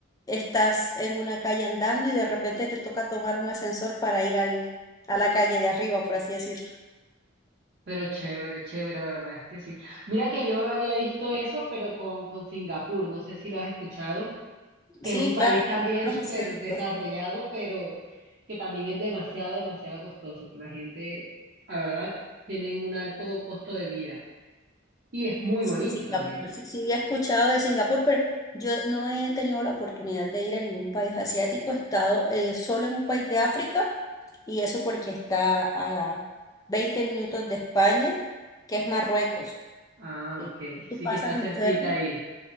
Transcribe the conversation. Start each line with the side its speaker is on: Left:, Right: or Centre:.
Left: estás en una calle andando y de repente te toca tomar un ascensor para ir al, a la calle de arriba, por así decirlo.
Right: Pero chévere, chévere, la verdad es que sí. Mira que yo había visto eso, pero con, con Singapur, no sé si lo has escuchado, que
Left: Sí,
Right: es un país
Left: claro,
Right: también
Left: los
Right: súper
Left: asiáticos.
Right: desarrollado, pero que también es demasiado, demasiado costoso, que la gente, la verdad, tienen un alto costo de vida. Y es muy
Left: Sí,
Right: bonito
Left: sí, Singapur.
Right: también.
Left: Sí, sí, he escuchado de Singapur, pero yo no he tenido la oportunidad de ir a ningún país asiático. He estado eh, solo en un país de África y eso porque está a 20 minutos de España, que es Marruecos.
Right: Ah,
Left: Eh,
Right: ok,
Left: Tú
Right: sí
Left: pasas
Right: que está cerquita
Left: en ferry,
Right: ahí.